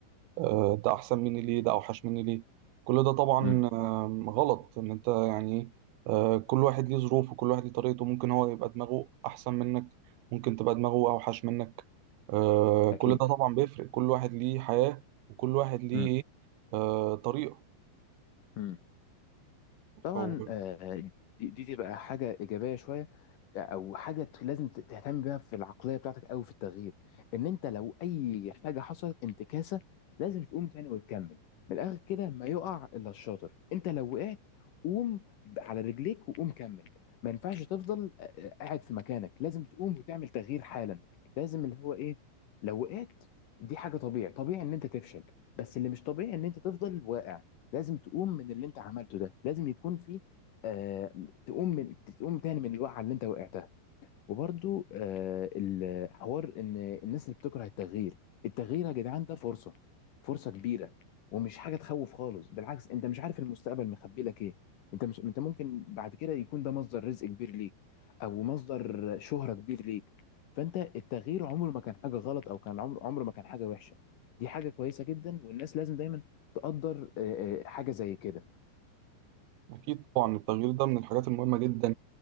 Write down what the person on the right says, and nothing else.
آه، ده احسن مني ليه ده اوحش مني ليه كل ده طبعا
آم، غلط ان انت يعني إيه، آه، كل واحد ليه ظروفه كل واحد ليه طريقته ممكن هو يبقى دماغه احسن منك ممكن تبقى دماغه اوحش منك آه، كل
ده طبعا بيفرق كل واحد ليه حياة وكل واحد ليه
إيه، آه، طريقة
فهو
اكيد طبعا التغيير ده من الحاجات المهمة جدا